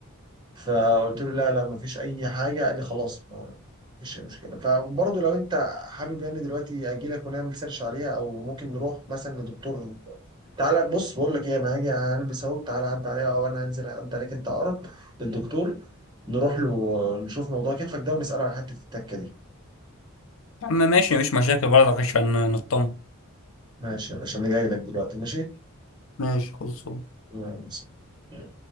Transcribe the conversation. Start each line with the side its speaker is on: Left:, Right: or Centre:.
Right: فقلت له لا لا مفيش اي حاجه قال لي خلاص ما فيش اي مشكله فبرضه لو انت حابب يعني دلوقتي اجي لك ونعمل سيرش عليها او ممكن نروح مثلا لدكتور تعالى بص بقول لك ايه انا هاجي البس اهو تعالى عدى عليها او انا هنزل عدى عليك انت اقرب للدكتور نروح له نشوف موضوع كتفك ده ونساله على حته التكه دي
Left: يا عم ماشي مفيش مشاكل برضه عشان نطمن
Right: ماشي يا باشا انا جاي لك دلوقتي ماشي
Left: ماشي خلصان
Right: الله يسلمك.